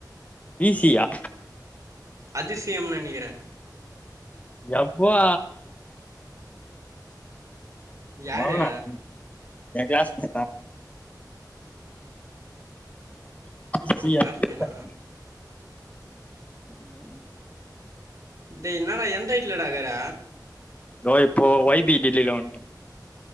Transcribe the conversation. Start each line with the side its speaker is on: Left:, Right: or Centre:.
Left: வி சி யா
Right: அதிசயம் நெனைக்கிறே
Left: யப்பா
Right: யாரு
Left: வளவளா ம் என் கிளாஸ் மெட் ஆ <unintelligible>
Right: உன் கிளாஸ் பையனா
Left: ம் ம்
Right: டேய் என்னடா எந்த வீட்ல டா இருக்குற
Left: ஆ இப்போ வை பி டெல்லில வண்டோ